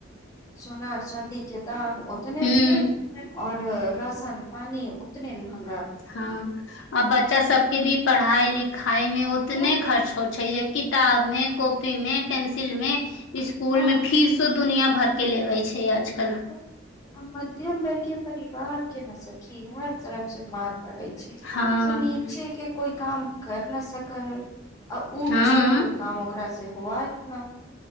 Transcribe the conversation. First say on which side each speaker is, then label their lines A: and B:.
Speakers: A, on the left (about 15°); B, on the left (about 70°).
A: सोनार चाँदी के त ओतने
B: हूँ
A: भेल और राशन पानी उतने महंगे
B: हँ आ बच्चा सबके भी पढ़ाई लिखाई मे उतने
A: तो
B: खर्च हो छै जे किताब मे को ी मे पेंसिल मे स्सकूल
A: हँ
B: में फीसो दुनिया भर के लेवे छै य आजकल
A: तऽ आ मध्यम वर्गीय परिवार के नसखी हर तरफ से मार पै छै
B: हँ
A: ओ नीचे के कोइ काम कर न सकै है आ ऊँच
B: हँ
A: के कोइ काम ओकरा से होआयत ना